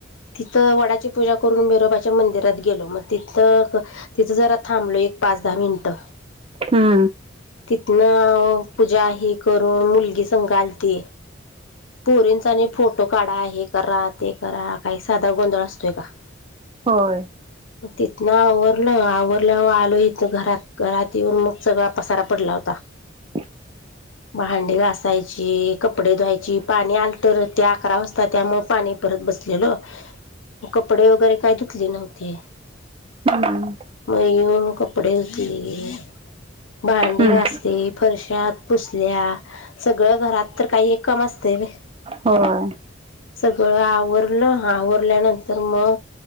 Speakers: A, on the left (about 85°); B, on the right (about 30°).
A: तिथं वडाची पूजा करून बिरोबाच्या मंदिरात गेलो मग तिथं तिथं जरा थांबलो एक. पाच दहा मिनटं.
B: हम्म.
A: तिथन पूजा ही करून मुलगी संघ आलती. पोरींचा आणि फोटो काढा हे करा ते करा काही साधा गोंधळ असतोय का.
B: होय.
A: तिथन आवरलं आवरल्यावर आलो इथ घरात घरात येऊन मग सगळा पसारा पडला होता.
B: ह
A: भांडी घासायची. ज कपडे धुवायची पाणी आल तर त्या अकरा वाजता त्यामु पाणी परत बसलेल. मग कपडे वगैरे काय धुतले नव्हती.
B: हम्म
A: मयेऊन कपडे धुतली. भांडी
B: हम्म
A: घासली फरशात पुसल्या सग. सगळं घरात तर काही एक काम असतय व्हय.
B: होय.
A: सगळं आवरलं आवरल्यानंतर मग.